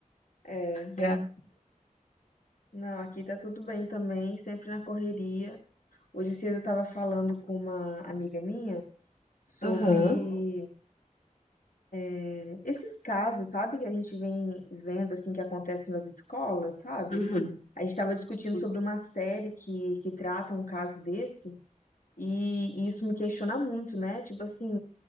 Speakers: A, on the left; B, on the left.
A: É,
B: Gra...
A: não, aqui tá tudo bem também, sempre na correria. Hoje cedo eu estava falando com uma amiga minha sobre
B: Aham.
A: é, esses casos, sabe? Que a gente vem vendo, assim, que acontece nas escolas, sabe?
B: Uhum.
A: A gente estava discutindo
B: Sim.
A: sobre uma série que, que trata um caso desse. E, e isso me questiona muito, né? Tipo assim,